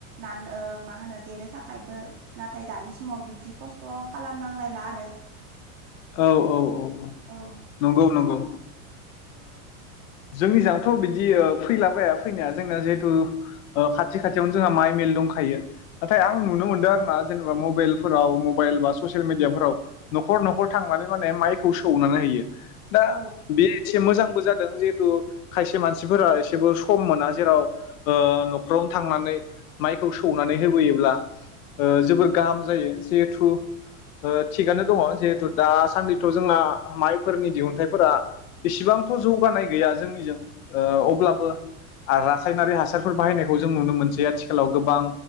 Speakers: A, on the right; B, on the left.
A: नान मा होनो देनो थाखायबो नाथाय दानि समाव बिब्दि खस्थ' खालामनांलायला आरो।
B: औ औ औ औ
A: औ
B: नंगौ नंगौ ओ जोंनि जोंथ' बिदि फैलाबाया फैनाया जोंना जिहेतु खाथि खाथियावनो जोंहा माइ मिल दंखायो नाथाय आं नुनो मोनदों आरो ना जेनेबा मबाइलफोराव मबाइल बा ससियेल मिडियाफोराव न'खर न'खर थांनानै मान माइखौ सौनानै होयो दा
A: औ
B: बे एसे मोजांबो जादों जिहेतु खायसे मानसिफोरा एसेबो सम मोना जेराव न'खरावनो थांनानै माइखौ सौनानै होबोयोब्ला जोबोर गाहाम जायो जिहेथु थिगानो दङ जिहेथु दासान्दिथ' जोंना माइफोरनि दिहुनथाइफोरा बेसिबांथ' जौगानाय गैया जोंनिजों अब्लाबो आरो रासायनारि हासारफोर बाहायनायखौ जों नुनो मोनसै आथिखालाव गोबां